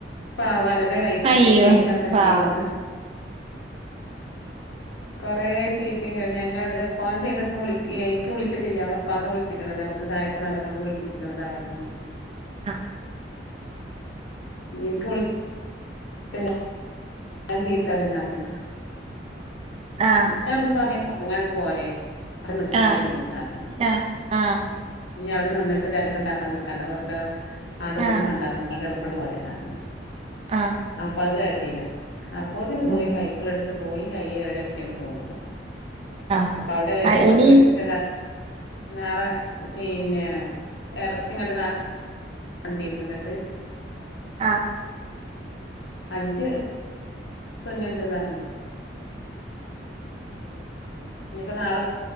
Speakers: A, on the left; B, on the right.
A: പാവലേ ഇടത് കൈക്കാണ്കഴിക്കാൻ
B: അയ്യോ
A: പറ്റിക്കണത്
B: പാവം
A: കൊറെ ചീത്തയും കഴിഞ്ഞ എന്നോട് ഫോൺ ചെയ്തപ്പോ വിള എനിക്ക് വിളിച്ചിട്ടില്ല അവള ഇപ്പാക്കാണ് വിളിച്ചിക്ക്ണ്അവ ഒരു താഴത്ത് നിന്ന് അവരെ കൊണ്ട് വിളിപ്പിച്ചിക്കണ് തറവട്ടന്ന്
B: ആ
A: നിനക്ക് വിളി <unintelligible> ഞാൻ ചീത്ത അറയുംന്ന് അറിഞ്ഞിട്ട്
B: ആഹ്
A: ഞാനവിന്ന് പറഞ്ഞ് കോ ങ്ങൾ പോരേ ആടെ നിക്കണ്ടഞ്ഞ്
B: ആഹ്
A: ന്നർഞ്ഞ്ണ്
B: ആഹ് ആഹ്
A: ഇനി അവടെ നിന്നിട്ട് തെരക്ക്ണ്ടാക്കാ നിക്കണ്ടാ വെറ്തെ ആട്ടും ഇങ്ങട്ടും
B: ആഹ്
A: മണ്ടാ നിക്കണ്ടാ എളു കൊണ്ട് പോരേന്നർഞ്ഞ്
B: ആഹ്
A: അപ്പഹ് കേ ത്തിലാ അപ്പോത്തിന് പോയി
B: ഉം
A: സൈക്കിളെടു- ത്ത് പോയി അയ്യ എവിടെ എത്തിട്ട് പോന്നപ്പം
B: ആഹ്
A: അപ്പൊ അവിടെ വെച്ചിട്ട്
B: ആഹ് ഇനി
A: പിടിച്ച കാരണം നാളെ പിന്നെ എറച്ചിങ്ങാട്ട് കാ വണ്ടീരുന്ന് എന്നിട്ട്
B: ആഹ്
A: അഞ്ച് ഇപ്പന്നെണ്ട്ന്നർഞ്ഞ് ഇഞ്ഞിപ്പം നാളെ